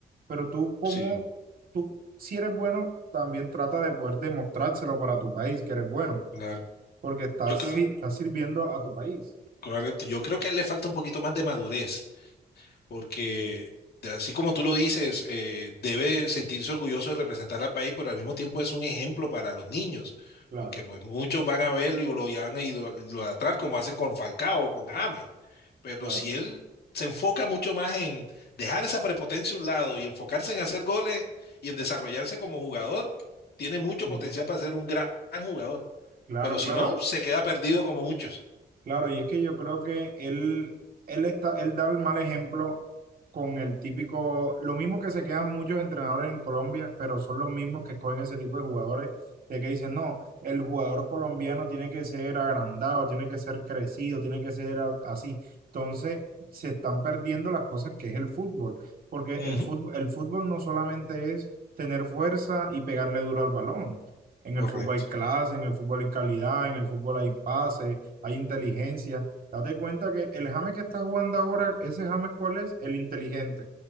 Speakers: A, on the right; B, on the left.
A: pero tú como,
B: sí,
A: tú si eres bueno, también trata de poder demostrárselo para tu país que eres bueno,
B: claro.
A: porque estás,
B: Yo creo,
A: si- estás sirviendo a tu país.
B: correcto. Yo creo que a él le falta un poquito más de madurez. porque de- así como tú lo dices, eh, debe sentirse orgulloso de representar al país, pero al mismo tiempo es un ejemplo para los niños,
A: Claro,
B: porque pues muchos van a verlo y lo y van a ido- idolatrar como hacen con Falcao o con James, pero
A: claro,
B: si él se enfoca mucho más en dejar esa prepotencia a un lado y enfocarse en hacer goles y en desarrollarse como jugador, tiene mucho
A: sí.
B: potencial para ser un gran jugador,
A: Claro,
B: pero si
A: claro.
B: no, se queda perdido como muchos.
A: Claro, y es que yo creo que él, él está, él da el mal ejemplo con el típico, lo mismo que se quedan muchos entrenadores en Colombia, pero son los mismos que escogen ese tipo de jugadores, de que dicen, no, el jugador colombiano tiene que ser agrandado, tiene que ser crecido, tiene que ser a- así. Entonces, se están perdiendo las cosas que es el fútbol, porque el
B: Ujú,
A: fútbol, el fútbol no solamente es tener fuerza y pegarle duro al balón. En
B: correcto.
A: el fútbol hay clase, en el fútbol hay calidad, en el fútbol hay pase hay inteligencia. Date cuenta que el James que está jugando ahora, ese James, ¿cuál es? El inteligente.